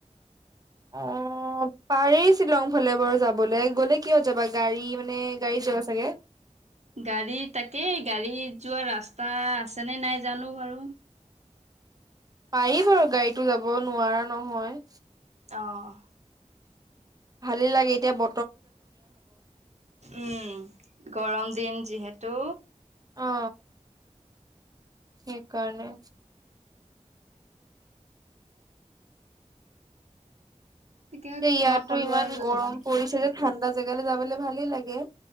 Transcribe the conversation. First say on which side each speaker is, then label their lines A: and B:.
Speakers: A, on the right (about 30°); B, on the right (about 60°).
A: অ। অ পাৰি শ্বিলং ফালে বাৰু যাবলৈ গ'লে কিয় যাবা গাড়ী মানে গাড়ীত যাবা চাগে?
B: গাড়ী তাকে গাড়ীত যোৱা ৰাস্তা আছে নে নাই জানো বাৰু?
A: পাৰি বাৰু গাড়ীটো যাব নোৱাৰা নহয়।
B: অঁ।
A: ভালে লাগে এতিয়া ব
B: উম গৰম দিন যিহেতু।
A: অ। সেইকাৰণে।
B: তাকে
A: যে
B: তোমাক
A: ইয়াতো
B: ক'লো
A: ইমান
B: আৰু
A: গৰম
B: যাবা নেকি
A: পৰিছে যে ঠাণ্ডা জেগালৈ যাবলে ভালেই লাগে।